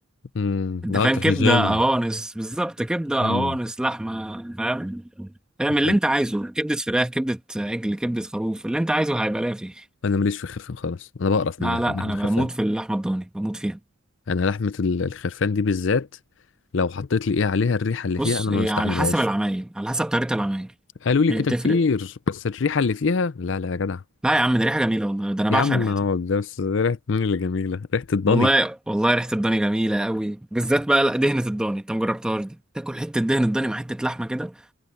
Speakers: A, on the left (about 65°); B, in the centre.
A: امم
B: انت
A: لا
B: فاهم
A: انت في
B: كبدة
A: الجيم
B: قوانص بالظبط كبدة
A: امم
B: قوانص لحمة فاهم اعمل
A: بتحب
B: اللي انت عايزه كبدة فراخ كبدة عجل كبدة خروف اللي انت عايزه هيبقى لا فيه
A: انا ماليش في الخرفان خالص انا بقرف
B: لا
A: من ناحيه
B: لا
A: من ناحيه
B: انا
A: الخرفان
B: بموت في اللحمة الضاني بموت فيها
A: انا لحمه ال- الخرفان دي بالذات لو حطيت لي ايه عليها الريحه اللي
B: بص
A: فيها انا
B: هي
A: ما بستحملهاش
B: على حسب العمايل على حسب طريقة العمايل
A: قالوا لي
B: هي
A: كده
B: بتفرق
A: كتير بس الريحه اللي فيها لا لا يا جدع
B: لا يا عم دي ريحة جميلة والله ده انا
A: يا
B: بعشق
A: عم
B: ريحتها
A: هو ده بس ريحه مين اللي جميله ريحه الضاني
B: والله والله ريحة الضاني جميلة قوي بالذات بقى لا دهنة الضاني انت مجربتهاش دي تاكل حتة دهن الضاني مع حتة لحمة كده